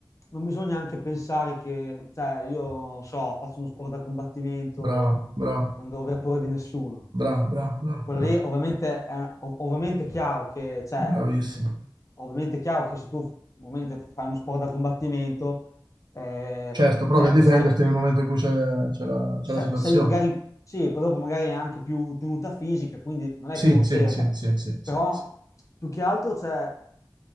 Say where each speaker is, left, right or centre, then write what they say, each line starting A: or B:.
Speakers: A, on the left; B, on the right.
A: non bisogna anche pensare che, cioè io non so, faccio uno sport da combattimento,
B: bravo, bravo.
A: non devo aver paura di nessuno.
B: Bravo, bravo, bravo,
A: Quello
B: bravo,
A: lì ovviamente è, ov- ovviamente è chiaro che, cioè,
B: bravissimo.
A: mh, ovviamente è chiaro che se tu ovviamente fai uno sport da combattimento, eh,
B: Certo, provi
A: cioè,
B: a difenderti
A: sai,
B: nel momento in cui c'è c'è la, c'è
A: sa-
B: la situazione.
A: sei magari, sì, poi dopo magari è anche più tenuta fisica, quindi non
B: Sì,
A: è che non
B: sì,
A: serva,
B: sì, sì, sì, sì,
A: però più che altro c'è